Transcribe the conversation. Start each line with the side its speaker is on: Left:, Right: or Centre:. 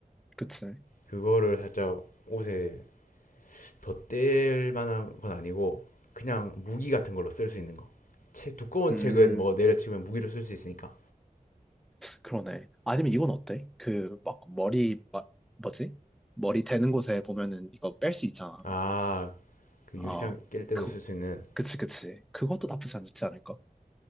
Centre: 그치.
Left: 그거를 살짝 옷에 덧댈 만한 건 아니고 그냥 무기 같은 걸로 쓸 수 있는 거. 책, 두꺼운
Centre: 음.
Left: 책은 뭐 내려치면 무기로 쓸 수 있으니까.
Centre: 그러네. 아니면 이건 어때? 그, 막, 머리, 막, 뭐지? 머리 되는 곳에 보면은 이거 뺄 수 있잖아.
Left: 아, 그
Centre: 어,
Left: 유리창 깰 때도
Centre: 그,
Left: 쓸 수 있는.
Centre: 그치, 그치. 그것도 나쁘지 않지 않을까?